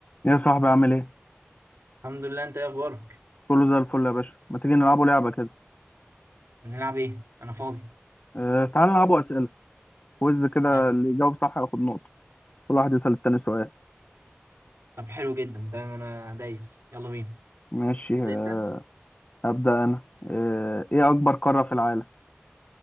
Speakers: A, on the left; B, on the right.
A: يا صاحبي عامل ايه؟
B: الحمد لله انت ايه اخبارك
A: كله زي الفل يا باشا، ما تيجي نلعبوا لعبة كده،
B: هنلعب ايه انا فاضي
A: أه تعال نلعبوا أسئلة، كويز كده
B: تمام
A: اللي يجاوب صح ياخد نقطة، كل واحد يسأل التاني سؤال،
B: طب حلو جدا تمام انا دايس يلا بينا
A: ماشي
B: تبدا
A: آه،
B: انت
A: أبدأ أنا، أه ايه أكبر قارة في العالم؟